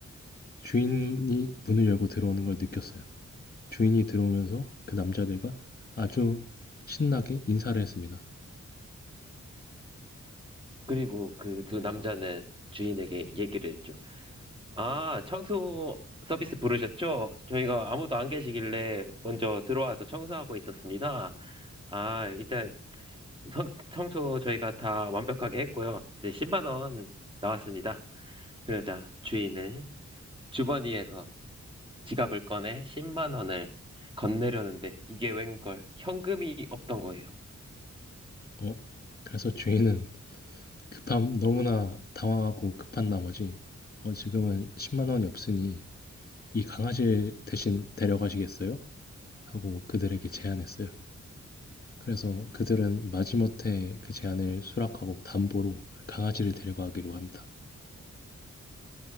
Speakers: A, on the left; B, on the right.
A: 주인이 문을 열고 들어오는 걸 느꼈어요. 주인이 들어오면서 그 남자들과 아주 신나게 인사를 했습니다.
B: 그리고 그 두 남자는 주인에게 얘기를 했죠. 아, 청소 서비스 부르셨죠? 저희가 아무도 안 계시길래 먼저 들어와서 청소하고 있었습니다. 아, 일단 청- 청소 저희가 다 완벽하게 했고요. 이제 10만 원 나왔습니다. 그러자 주인은 주머니에서 지갑을 꺼내 10만 원을 건네려는데 이게 웬걸 현금이 없던 거예요.
A: 어, 그래서 주인은 급함 너무나 당황하고 급한 나머지 어, 지금은 10만 원이 없으니 이 강아지를 대신 데려가시겠어요? 하고 그들에게 제안했어요. 그래서 그들은 마지못해 그 제안을 수락하고 담보로 강아지를 데려가기로 합니다.